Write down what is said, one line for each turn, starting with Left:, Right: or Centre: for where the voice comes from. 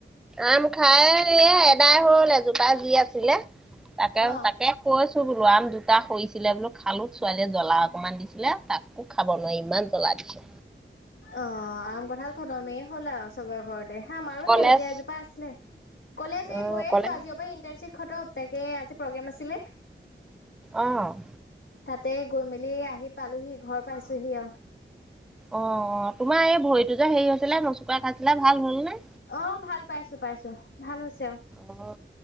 Centre: আম খাই এ এদাই সৰুল এজোপা যি আছিলে। তাকে
Left: অ'।
Centre: - তাকে কৈছো ৰম দুটা কৰিছিলে বোলো খালো। ছোৱালীয়ে জ্বলা অকনমান দিছিলে তাকো খাব নোৱাৰি ইমান জ্বলা দিছে।
Left: অ, আম কঠাল খতমেই হ'লা আৰু চবা ঘৰত। হা আৰো
Centre: কলেজ
Left: শেহতীয়া এজোপা আছিলে কলে যে
Centre: অ
Left: গৈ আহিছো
Centre: কলেজ
Left: আজিৰ পৰা ইন্টাৰ্শিপ খতম। তাকে আজি প্ৰগ্ৰেম আছিলে।
Centre: অ',
Left: তাতে গৈ মেলি আহি পালোহি ঘৰ পাইছোহি আৰু।
Centre: অ - অ তোমাৰ এই ভৰিতটো যে হেৰি হৈছিলে নচোকা খাইছিলে ভাল হল নে।
Left: অ, ভাল পাইছো পাইছো ভাল হৈছে আৰু।
Centre: অ,